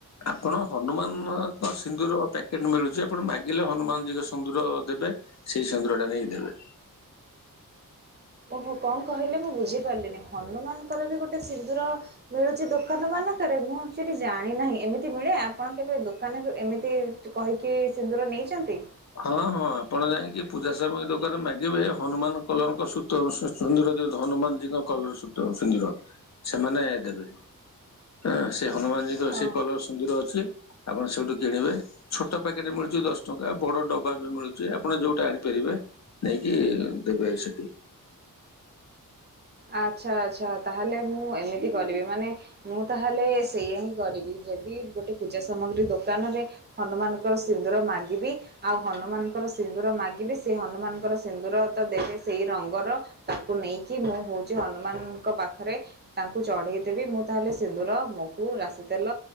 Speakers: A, on the left (about 50°); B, on the right (about 30°).
A: ଆପଣ ହନୁମାନଙ୍କ ସିନ୍ଦୁର ପ୍ୟାକେଟ୍ ମିଳୁଛି ଆପଣ ମାଗିଲେ ହନୁମାନ ଜିଙ୍କ ସିନ୍ଦୁର ଦେବେ। ସେଇ ସିନ୍ଦୁର ଟା ନେଇକି ଦେବେ।
B: ଓହୋ କଣ କହିଲେ ମୁଁ ବୁଝିପାରିଲିନି ହନୁମାନଙ୍କର ବି ଗୋଟେ ସିନ୍ଦୁର ମିଳୁଛି ଦୋକାନ ମାନଙ୍କରେ ମୁଁ ଅକ୍ଚୁଏଲି ଜାଣି ନାହିଁ ଏମିତି ମିଳେ ଆପଣ କେବେ ଦୋକାନରୁ ଏମିତି ତୁ କହିକି ସିନ୍ଦୁର ନେଇଛନ୍ତି?
A: ହଁ ହଁ ଆପଣ ଯାଇକି ପୂଜା ସାମଗ୍ରୀ ଦୋକାନରେ ମାଗିବେ ହନୁମାନ କଲରଙ୍କ ସୂତ ହନୁ ସିନ୍ଦୁର ଦିଅନ୍ତୁ ହନୁମାନ ଜୀଙ୍କ କଲର ସୁତ ସିନ୍ଦୁର ସେମାନେ ଦେବେ। ଆଁ ସେ ହନୁମାନୀଜି ଯୋ ସେଇ
B: ଅ
A: କଲର ସିନ୍ଦୁର ଅଛି ଆପଣ ସେଇଠୁ କିଣିବେ ଛୋଟ ପ୍ୟାକେଟେ ମିଳୁଛି ଦଶ ଟଙ୍କା ବଡ ଡବା ବି ମିଳୁଛି ଆପଣ ଯୋଉଟା ଆଣିପାରିବେ ନେଇକି ଦେବେ ସେଠି।
B: ଆଚ୍ଛା ଆଚ୍ଛା ତାହେଲେ ମୁଁ ଏମିତି କରିବି ମାନେ ମୁଁ ତାହେଲେ ସେଇଆା ହିଁ କରିବି ଯଦି ଗୋଟେ ପୂଜା ସାମଗ୍ରୀ ଦୋକାନରେ ହନୁମାନଙ୍କର ସିନ୍ଦୁର ମାଗିବି ଆଉ ହନୁମାନଙ୍କର ସିନ୍ଦୁର ମାଗିବି ସେ ହନୁମାନଙ୍କର ସିନ୍ଦୁର ତ ଦେବେ ସେଇ ରଙ୍ଗର ତାକୁ ନେଇକି ମୁଁ ହଉଚୁ ହନୁମାନଙ୍କ ପାଖରେ ତାଙ୍କୁ ଚଢେଇ ଦେବି, ମୁଁ ତାହେଲେ ସିନ୍ଦୁର, ମହୁ, ରାଶି ତେଲ